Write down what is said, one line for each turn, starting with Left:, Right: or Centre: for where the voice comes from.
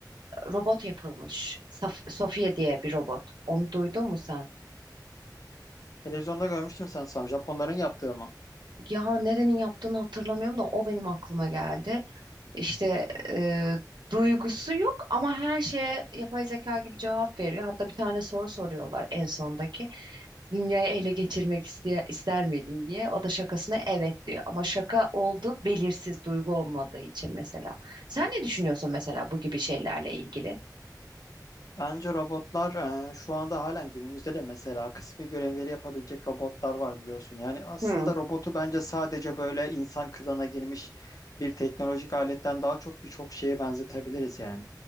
Right: robot yapılmış. Saf Sofia diye bir robot. Onu duydun mu sen?
Left: Televizyonda görmüştüm sanırsam. Japonların yaptığı mı?
Right: Ya nerenin yaptığını hatırlamıyorum da o benim aklıma geldi. İşte e, duygusu yok ama her şeye yapay zeka gibi cevap veriyor. Hatta bir tane soru soruyorlar en sondaki. dünyayı ele geçirmek iste- ister miydin diye. O da şakasına evet diyor. Ama şaka oldu belirsiz duygu olmadığı için mesela. Sen ne düşünüyorsun mesela bu gibi şeylerle ilgili?
Left: Bence robotlar e, şu anda halen günümüzde de mesela kısmi görevleri yapabilecek robotlar var biliyorsun. Yani aslında
Right: Hı,
Left: robotu bence sadece böyle insan kılığına girmiş bir teknolojik aletten daha çok birçok şeye benzetebiliriz yani.